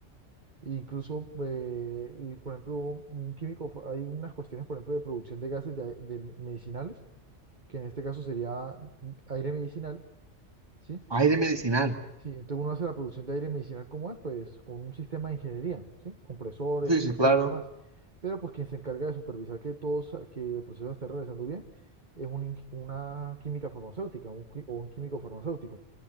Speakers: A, on the right (about 40°); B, on the right (about 20°).
A: E incluso, eh, y por ejemplo, un químico, fa- hay unas cuestiones, por ejemplo, de producción de gases de, de medicinales, que en este caso sería aire medicinal, ¿sí?
B: Hay de medicinal.
A: Sí, entonces uno hace la producción de aire medicinal como es, pues con un sistema de ingeniería, ¿sí? Compresores,
B: Sí,
A: filtros
B: sí, claro.
A: y demás. Pero pues quien se encarga de supervisar que todo, sa- que el proceso esté realizando bien es un inqui- una química farmacéutica un qui- o un químico farmacéutico.